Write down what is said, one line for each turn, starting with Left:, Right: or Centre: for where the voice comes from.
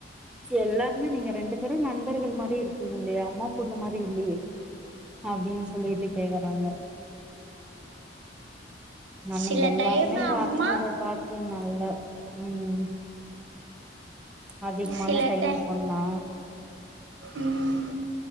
Centre: எல்லாருமே நீங்க ரெண்டு பேரு நண்பர்கள் மாரி இரு இல்லயே அம்மா பொண்ணு மாரி இல்லயே அப்டின்னு சொல்லிட்டு கேக்குறாங்க நானு
Right: சில
Centre: எல்லாருமே
Right: டைம்ல
Centre: வரஞ்சத
Right: அம்மா
Centre: பாத்து நல்ல உம் அதிகமான
Right: சில
Centre: டைம்
Right: டை
Centre: பொண்ணா
Right: ம்